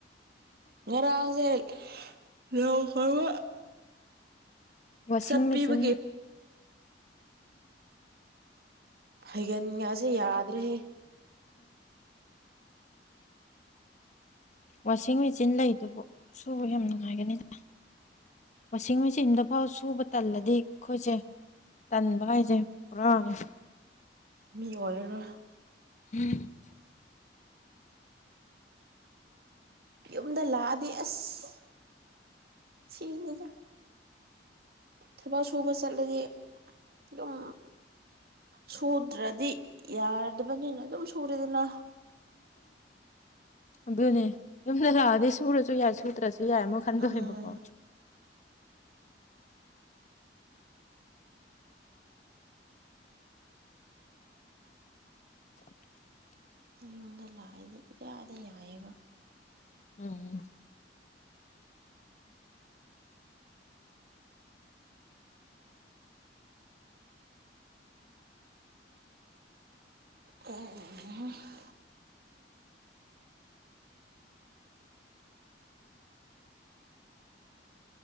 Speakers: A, on the right; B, on the left.
A: ꯉꯔꯥꯡꯁꯦ <inaudible>
B: ꯋꯥꯁꯤꯡ
A: ꯆꯠꯄꯤꯕꯒꯤ
B: ꯃꯦꯆꯤꯟ
A: ꯐꯩꯒꯟꯒꯁꯦ ꯌꯥꯗ꯭ꯔꯦꯍꯦ꯫
B: ꯋꯥꯁꯤꯡ ꯃꯦꯆꯤꯟ ꯂꯩꯗꯨꯕꯨ ꯁꯨꯕ ꯌꯥꯝ ꯅꯨꯡꯉꯥꯏꯒꯅꯤꯗ꯫ ꯋꯥꯁꯤꯡ ꯃꯦꯆꯤꯟꯗꯐꯥꯎ ꯁꯨꯕ ꯇꯜꯂꯗꯤ ꯑꯩꯈꯣꯏꯁꯦ꯫ ꯇꯟꯕ ꯍꯥꯏꯁꯦ ꯄꯨꯔꯥꯅꯦ꯫
A: ꯃꯤ ꯑꯣꯏꯔꯔꫭꯏ꯫
B: <unintelligible>
A: ꯌꯨꯝꯗ ꯂꯥꯛꯑꯗꯤ ꯑꯁ ꯏꯁꯤꯅꯤꯗ꯫ ꯊꯕꯛ ꯁꯨꯕ ꯆꯠꯂꯗꯤ ꯌꯨꯝ ꯁꯨꯗ꯭ꯔꯗꯤ ꯌꯥꯔꯗꯕꯅꯤꯅ ꯑꯗꯨꯝ ꯁꯨꯔꯦꯗꯅ꯫
B: ꯑꯗꯨꯅꯦ ꯌꯨꯝꯗ ꯂꯥꯛꯑꯗꯤ ꯁꯨꯔꯁꯨ ꯌꯥꯏ ꯁꯨꯗ꯭ꯔꯁꯨ ꯌꯥꯏ ꯃꯣꯏ ꯈꯟꯗꯣꯏꯕ
A: ꯎꯝ
B: ꯀꯣ꯫ <unintelligible>
A: ꯌꯨꯝꯗ ꯂꯥꯛꯏꯗꯤ ꯏꯌꯥꯗ ꯌꯥꯑꯦꯕ꯫
B: ꯎꯝ꯫
A: <unintelligible>